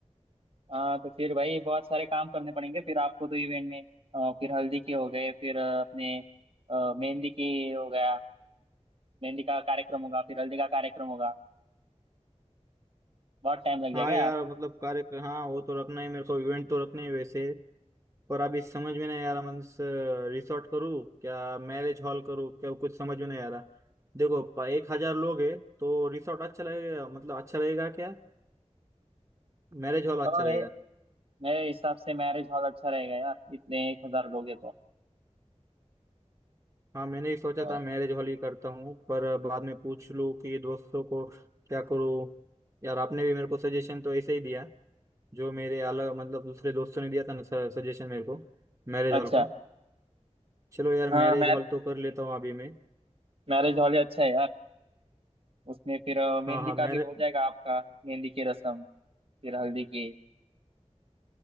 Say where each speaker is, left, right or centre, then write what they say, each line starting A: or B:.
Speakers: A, on the right; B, on the right.
A: आ, तो फिर भाई बहुत सारे काम करने पड़ेंगे फिर आपको तो इवेंट में आ, फिर हल्दी के हो गए फिर आ, अपने आ, मेहंदी की हो गया मेहंदी का कार्यक्रम होगा फिर हल्दी का कार्यक्रम होगा बहुत टाइम लग
B: हाँ
A: जाएगा
B: यार
A: यार
B: मतलब कार्यक्रम हाँ वो तो रखना है मेरे को इवेंट तो रखने है वैसे पर अभी समझ में नहीं आ रहा मतलब रिसोर्ट करूँ क्या मैरिज हॉल करूँ क्या कुछ समझ में नहीं आ रहा देखो प- एक हजार लोग है तो रिसोर्ट अच्छा लगेगा मतलब अच्छा रहेगा क्या मैरिज हॉल
A: और
B: अच्छा रहेगा
A: ये- मेरे हिसाब से मैरिज हॉल अच्छा रहेगा यार इतने एक हजार लोग हैं तो
B: हाँ मैंने ही सोचा
A: आ,
B: था मैरिज हॉल ही करता हूँ पर बाद में पूछ लूँ कि दोस्तों को क्या करूँ यार आपने भी मेरे को सजेशन तो ऐसे ही दिया जो मेरे अलग मतलब दूसरे दोस्तों ने दिया था ना सजेशन मेरे को मैरिज हॉल
A: अच्छा
B: का चलो यार
A: हाँ
B: मैरिज
A: मैं
B: हॉल तो कर लेता हूँ अभी मैं
A: मैरिज हॉल ही अच्छा है यार उसमें फिर अ, मेहंदी
B: हाँ हाँ
A: का
B: मेरे
A: भी हो जाएगा आपका मेहंदी की रस्म फिर हल्दी की